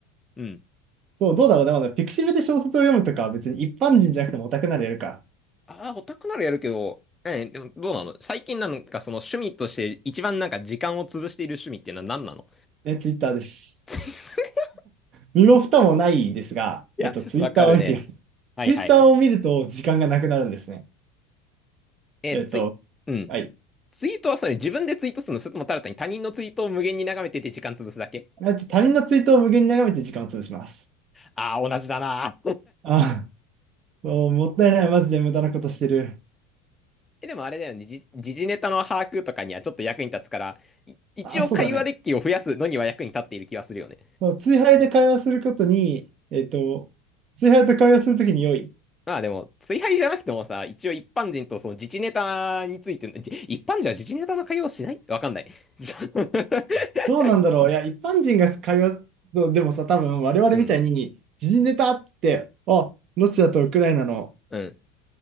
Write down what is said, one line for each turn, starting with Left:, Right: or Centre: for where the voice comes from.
Left: うん。
Right: そう、どうだろうね。まだピクシブで小説を読むとかは別に一般人じゃなくてもオタクならやるか。
Left: ああ、オタクならやるけど、え、でもどうなの最近なんかその趣味として一番なんか時間を潰している趣味っていうのは何なの
Right: ね、ツイッターです。
Left: <laughs>
Right: 身も蓋もないですが、
Left: いや、
Right: えっと、ツイッターを見てみます。
Left: わかるね。はいはいはい。
Right: ツイッターを見ると時間がなくなるんですね。
Left: え、
Right: えっと、
Left: ツイ、うん。
Right: はい。
Left: ツイートはそれ自分でツイートするのそれともただ単に他人のツイートを無限に眺めてて時間潰すだけ
Right: まあと他人のツイートを無限に眺めて時間を潰します。
Left: ああー、同じだな。
Right: あ、そう、もったいない。マジで無駄なことしてる。
Left: え、でもあれだよね、時事時事ネタの把握とかにはちょっと役に立つから、い一応会話デッキを増やすのには役に立っている気はするよね。
Right: あ、そうだね。そう、ツイハイで会話することに、えっと、ツイハイと会話するときに良い。
Left: まあでも、追敗じゃなくてもさ、一応一般人とその自事ネタについての、<laughs> じ一般人は自事ネタの会話をしないわかんない。<laughs>
Right: どうなんだろう。いや、一般人が会話の、でもさ、多分我々みたいに、
Left: うん、
Right: 時事ネタって言って、あ、ロシアとウクライナの
Left: うん。